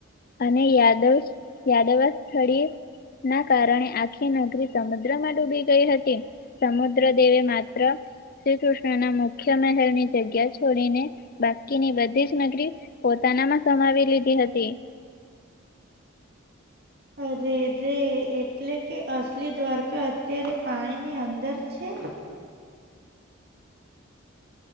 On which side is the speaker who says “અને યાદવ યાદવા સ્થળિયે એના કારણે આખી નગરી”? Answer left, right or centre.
Left